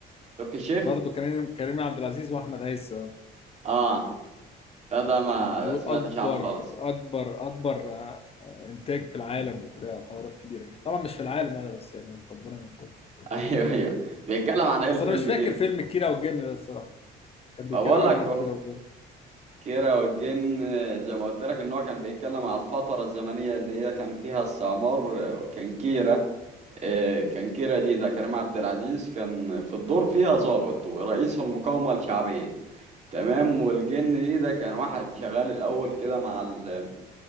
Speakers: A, on the right; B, on the left.
A: تركي الشيخ
B: برضه كريم كريم عبد العزيز واحمد عز
A: اه لا ده ما
B: وبيقول
A: سمعتش
B: اكبر
A: عنه خالص
B: اكبر اكبر آه، آه، انتاج في العالم وبتاع وحوارات كبيره كده طبعا مش في العالم يعني بس يعني هم مكبرينها شويه
A: <laughs> ايوه ايوه بيتكلم عن ايه الفيلم
B: بس انا مش فاكر
A: دي ده
B: فيلم كيرة والجن ده الصراحه كان بيتكلم
A: ما بقول
B: عن
A: لك
B: ايه
A: اهو
B: كيرة والجن
A: كيرة والجن آه، زي ما قلت لك ان هو كان بيتكلم على الفترة الزمنية اللي هي كان فيها السعمار آه، وكان كيرة آه، كان كيرة دي ده كريم عبد العزيز كان في الدور فيها ضابط ورئيس المقاومة الشعبية تمام والجن دي ده كان واحد شغال الاول كده مع ال